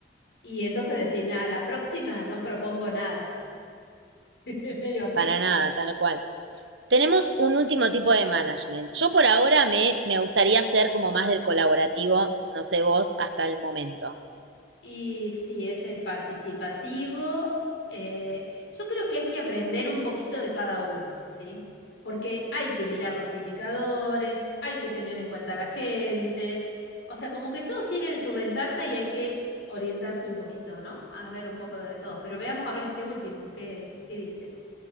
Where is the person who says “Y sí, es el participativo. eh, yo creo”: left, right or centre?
Left